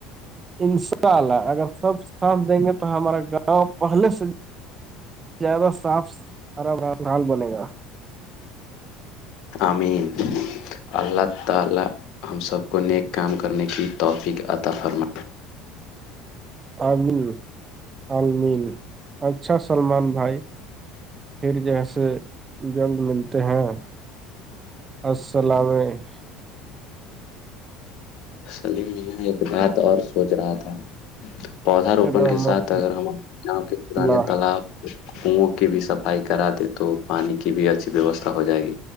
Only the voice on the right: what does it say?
انشاء اللہ اگر سب ساتھ دیں گے تو ہمارا گاؤں پہلے سے زیادہ صاف آرام آرام حال بنے گا
عمل آمین اچھا سلمان بھائی پھر جیسے جلد ملتے ہیں السلام
رحمت
اللہ